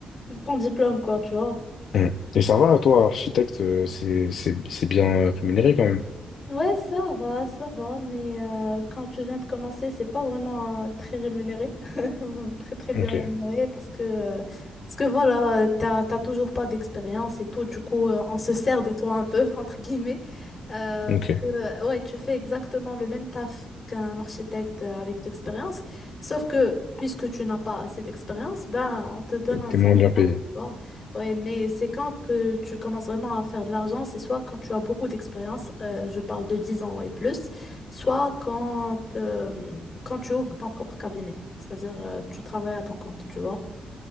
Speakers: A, on the left; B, on the left.
A: le- ton diplôme, quoi, tu vois.
B: Mm. Et ça va, toi, architecte, euh, c'est, c'est, c'est bien rémunéré quand même.
A: Ouais, ça va, ça va, mais euh, quand tu viens de commencer, c'est pas vraiment euh, très rémunéré, <laughs> très très bien
B: Ok,
A: rémunéré, parce que, euh, parce que voilà, euh, t'as, t'as toujours pas d'expérience et tout, du coup, euh, on se sert de toi un peu, <laughs> entre guillemets, euh,
B: ok.
A: parce que, euh, ouais, tu fais exactement le même taf qu'un architecte euh, avec de l'expérience, sauf que, puisque tu n'as pas assez d'expérience, ben, on te donne
B: T'es t'es
A: un salaire
B: moins bien payé.
A: bas, Ouais, mais c'est quand que tu commences vraiment à faire de l'argent, c'est soit quand tu as beaucoup d'expérience, euh, je parle de 10 ans et plus, soit quand, euh, quand tu ouvres ton propre cabinet, c'est-à-dire euh, tu travailles à ton compte, tu vois.